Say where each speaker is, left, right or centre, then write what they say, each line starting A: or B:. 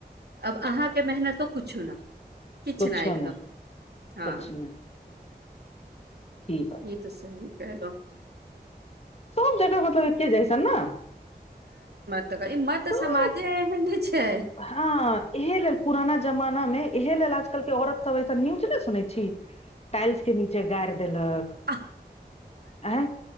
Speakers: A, on the right; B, on the left.
A: अब अहाँकेँ मेहनतो किछु नै किछु
B: कुछो
A: नै एकदम
B: नहि
A: हँ
B: कुछ ठीक
A: ई तऽ सही कलहु।
B: सभ जगह मतलब एके जइसन ने
A: <unintelligible>
B: सब
A: एहन छै
B: हँ इहे लेल पुराना जमाना मे इहे लेल आजकल के औरत सब ऐसा न्यूज ने सुनने छी टाइल्स के नीचे गारि देलक
A: आ
B: आ